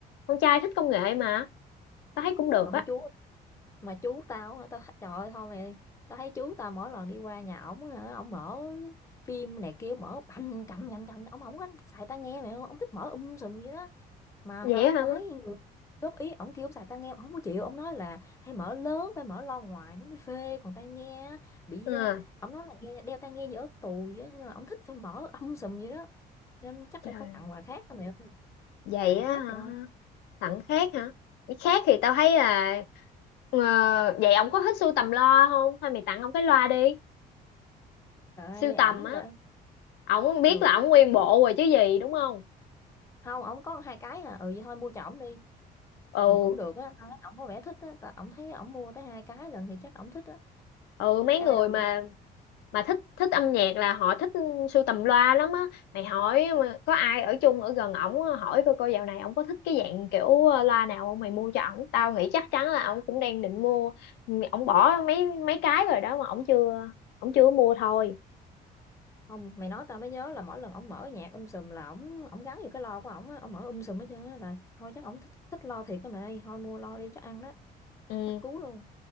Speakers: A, on the left; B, on the left.
A: Con trai thích công nghệ mà, tao thấy cũng được
B: họ họ
A: á.
B: chú mà chú tao á, tao th- trời ơi thôi mày tao thấy chú tao mỗi lần đi qua nhà ổng á hả ổng mở phim này kia mở bành cầm cầm cầm ổng không có xài tai nghe mày ổng thích mở um sùm vậy đó mà
A: Vậy
B: tao
A: hả?
B: tao thấy người góp ý ổng kêu ổng xài tai nghe ổng không có chịu ổng nói là phải mở lớn phải mở loa ngoài nó mới phê còn tai nghe á, bị
A: à,
B: ờ, ổng nói là nghe đeo tai nghe dở tù vậy á, nên là ổng thích phải mở um sùm vậy đó nên chắc
A: trời
B: là
A: ơi,
B: phải tặng quà khác rồi mày ơi
A: vậy
B: tặng
A: á
B: khác
A: hả?
B: được không
A: Tặng khác hả cái khác thì tao thấy là ờ, vậy ông có thích sưu tầm loa không thôi mày tặng ông cái loa đi
B: trời
A: sưu
B: ơi
A: tầm
B: ổng
A: á
B: đã
A: ổng biết
B: ừ
A: là ổng nguyên bộ rồi chứ gì đúng không
B: không ổng có hai cái à ừ vậy thôi mua cho ổng đi
A: ừ
B: ừ cũng được á tao thấy ổng có vẻ thích á tao ổng thấy ổng mua tới hai cái lần thì chắc ổng thích á
A: ừ mấy
B: chứ ai
A: người
B: đâu
A: mà
B: mua tới-
A: mà thích thích âm nhạc là họ thích sưu tầm loa lắm á mày hỏi mà có ai ở chung ở gần ổng á, hỏi coi coi dạo này ổng có thích cái dạng kiểu ờ, loa nào không mày mua cho ổng tao nghĩ chắc chắn là ổng cũng đang định mua Ừ, ổng bỏ mấy mấy cái rồi đó mà ổng chưa ổng chưa mua thôi
B: không mày nói tao mới nhớ là mỗi lần ổng mở nhạc um sùm là ổng ổng gắn vô cái lo của ổng á ổng mở um sùm hết trơn á là thôi chắc ổng thích, thích lo thiệt á mày ơi thôi mua lo đi chắc ăn đó
A: ừ
B: chắc cú luôn